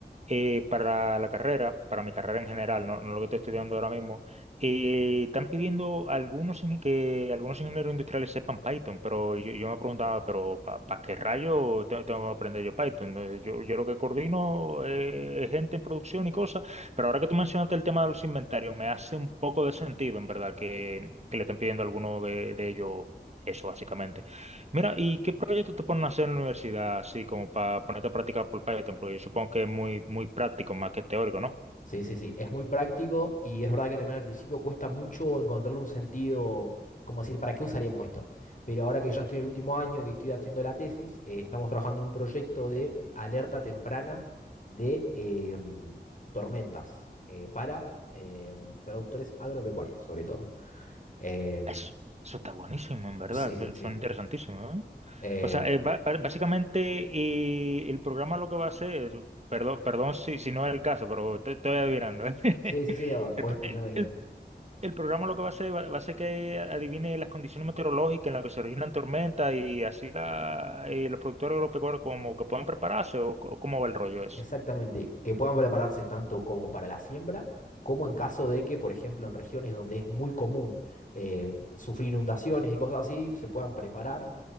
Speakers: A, on the right (about 40°); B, on the left (about 50°).
A: eh, para la carrera, para mi carrera en general, no, no lo que estoy
B: Ujú.
A: estudiando ahora mismo, eh, están pidiendo algunos ingen- que algunos ingenieros industriales sepan Python, pero yo, yo me preguntaba, pero ¿para qué rayo te- tengo que aprender yo Python? Eh, Yo, yo lo que coordino eh, es gente en producción y cosas, pero ahora que tú mencionaste el tema de los inventarios, me hace un poco de sentido, en verdad, que, que le estén pidiendo a alguno de, de ellos eso, básicamente. Mira, ¿y qué proyecto te ponen a hacer en la universidad, así como para ponerte a practicar por Python? Porque yo supongo que es muy, muy práctico más que teórico, ¿no?
B: Sí, sí, sí, es muy práctico y es verdad que también al principio cuesta mucho encontrarle un sentido, como decir, ¿para qué usaríamos esto? Pero ahora que ya estoy en el último año y que estoy haciendo la tesis, eh, estamos trabajando en un proyecto de alerta temprana de em, tormentas eh, para em, productores agropecuarios, sobre todo. Em,
A: Eso, eso está buenísimo, en verdad.
B: sí, sí,
A: Eso-
B: sí.
A: Son interesantísimos, ¿eh?
B: Em,
A: O sea, eh, ba- ba- básicamente eh, el programa lo que va a hacer es, perdón, perdón si, si no es el caso, pero te- estoy adivinando, ¿eh? <laughs>
B: sí, sí, sí, ah,
A: El,
B: podés
A: pro-
B: tirar
A: el-
B: tranquilo.
A: el- el programa lo que va a hacer va, va a ser que adivine las condiciones meteorológicas en las que se originan tormentas y así la- eh, los productores agropecuarios como que puedan prepararse o, o cómo va el rollo eso.
B: Exactamente. Que puedan prepararse tanto como para la siembra, como en caso de que, por ejemplo, en regiones donde es muy común eh, sufrir inundaciones y cosas así, se puedan preparar